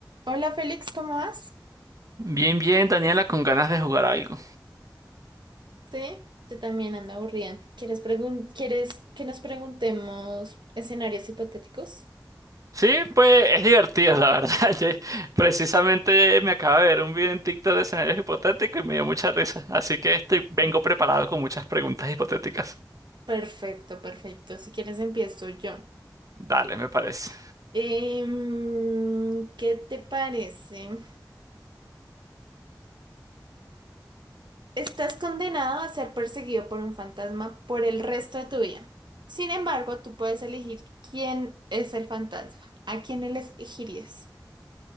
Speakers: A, on the right; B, on the right.
A: Hola Félix, ¿cómo vas?
B: Bien, bien, Daniela, con ganas de jugar algo.
A: Sí, yo también ando aburrida. ¿Quieres pregun- ¿Quieres que nos preguntemos escenarios hipotéticos?
B: Sí, pues es divertido, la verdad. <laughs> Yo- precisamente me acabo de ver un video en TikTok de escenarios hipotéticos y me dio mucha risa. Así que estoy, vengo preparado con muchas preguntas hipotéticas.
A: Perfecto, perfecto. Si quieres empiezo yo.
B: Dale, me parece.
A: Em, ¿qué te parece? Estás condenado a ser perseguido por un fantasma por el resto de tu vida. Sin embargo, tú puedes elegir quién es el fantasma. ¿A quién elegirías?